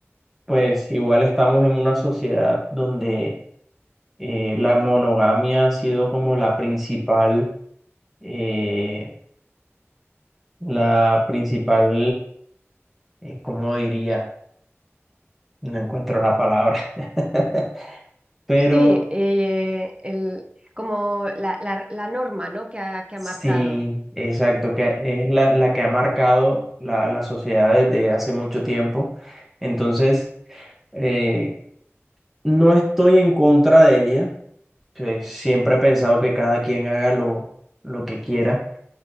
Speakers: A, in the centre; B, on the right.
A: pues igual estamos en una sociedad donde eh, la monogamia ha sido como la principal, eh, la principal, eh, ¿cómo diría? No encuentro la palabra. <laughs> Pero
B: Sí, eh, el- como la, la- la norma, ¿no? que ha, que
A: sí,
B: ha marcado.
A: exacto, que es la, la que ha marcado la, la sociedad desde hace mucho tiempo. Entonces, eh, no estoy en contra de ella. pues, siempre he pensado que cada quien haga lo, lo que quiera